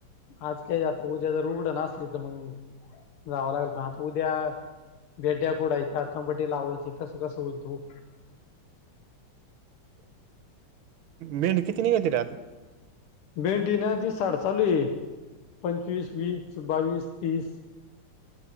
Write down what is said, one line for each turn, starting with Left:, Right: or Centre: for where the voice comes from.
Left: आज काही आता उद्या जर उघडं असली तर मंग जावा लागल पण आता उद्या भेंड्या खुळायच्या टमाटे लावायची कस, कस होईल तर हो.
Right: भेंडी किती निघती रे आता?
Left: भेंडीना दिसा आड चालू आहे पंचवीस, वीस, बावीस, तीस.